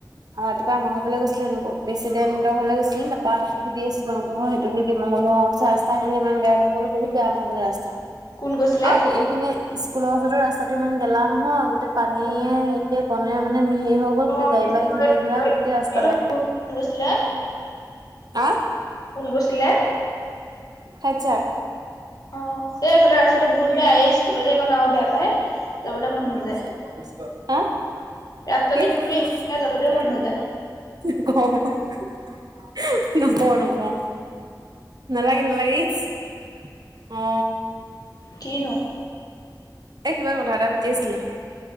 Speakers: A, on the right; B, on the left.
A: অ ৰাতিপুৱা আমাৰ ঘৰৰ ফালে গৈছিলে নবৈ প্ৰেচিডেন্টৰ ঘৰলৈ গৈছিল তাপা <unintelligible> আছিলে আমালোকৰ ঘৰ সেইটো <unintelligible> অ ৰাস্তা ইমান বেয়া মই বোলো বহুত বেয়া আমাৰ সিফালে ৰাস্তা
B: কোন গৈছিলে
A: অই এইখিনি স্কুলৰ ওচৰতে ৰাস্তাটো ইমান গেলা নহয় গোটেই পানীয়ে হেৰিয়ে ব <unintelligible> নাই মানে হেৰি <unintelligible> গোটেই
B: অ
A: গাড়ীবিলাক
B: কোন
A: এইখিনিতে ঘূৰাই গোটেই ৰাস্তা বেয়া
B: গৈছিলে
A: আ
B: কোন গৈছিলে
A: হেডচাৰ
B: অ এ এইফালে ৰাস্তটো বহুত বেয়া এই স্কুলৰ এইকণ আৰু বেয়া পায় যাবলৈ
A: <unintelligible>
B: মন নাযায়
A: আ
B: ৰাস্তাতে
A: কি
B: বোলো ইমান বেয়া যাবলৈ মন নাযায়
A: <unintelligible> <inaudible> নকও নকও নালাগে নালাগে ইচ্- অ
B: কিনো
A: এ কিবা কথা এটা পাতি আছিলো